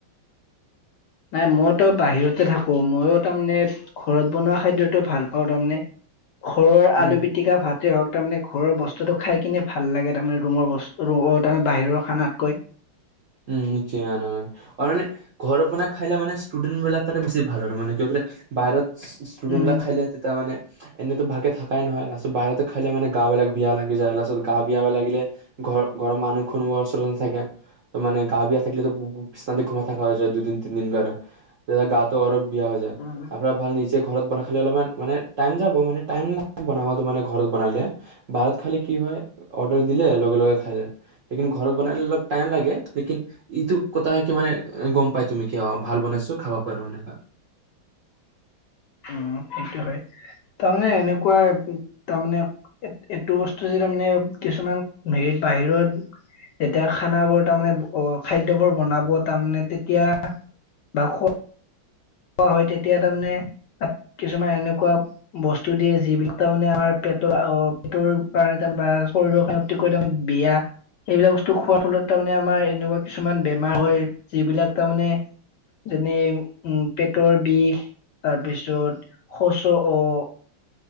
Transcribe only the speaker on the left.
নাই মইতো বাহিৰতে থাকো মইও তাৰমানে ঘৰত বনোৱা খাদ্যটো ভাল পাওঁ তাৰমানে। ঘৰৰ
আলু পিটিকা ভাত। হওক তাৰমানে ঘৰৰ বস্তুটো খাই কিনে ভাল লাগে তাৰমানে ৰুমৰ বচ অ তাৰমানে বাহিৰৰ খানাতকৈ।
উম
উম
উম, সেইটো হয় তাৰমানে এনেকুৱা তাৰমানে এইটো বস্তু যে তাৰমানে কিছুমান হেৰিত বাহিৰত যেতিয়া খানা বোৰ তাৰমানে খাদ্যবোৰ বনাব তাৰমানমানে তেতিয়া বা স খোৱা হয় তেতিয়া তাৰমানে তাত কিছুমান এনেকুৱা বস্তু দিয়ে যিবিলাক তাৰমানে আমাৰ পেটৰ অহ, পেটৰ কাৰণে তাৰ বা শৰীৰৰে অতিকৈ তাৰ বিয়া সেইবিলাক বস্তু খোৱাৰ ফলত তাৰমানে আমাৰ এনেকুৱা কিছুমান বেমাৰ হয় যিবিলাক তাৰমানে যেনে উ পেটৰ বিষ তাৰপিছত শৌচৰ অ'